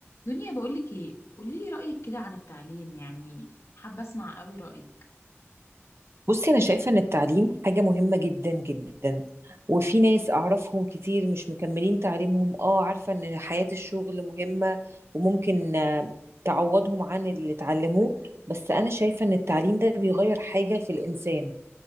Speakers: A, on the left; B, on the right.
A: دنيا بقولك ايه قولي لي رأيك كده عن التعليم يعني حابة اسمع قوي رأيك
B: بصي أنا شايفة إن التعليم حاجة مهمة جدا جدا وفي ناس أعرفهم كتير مش مكملين تعليمهم آه عارفة إن حياة الشغل مهمة وممكن آه، تعوضهم عن اللي اتعلموه بس أنا شايفة إن التعليم ده بيغير حاجة في الإنسان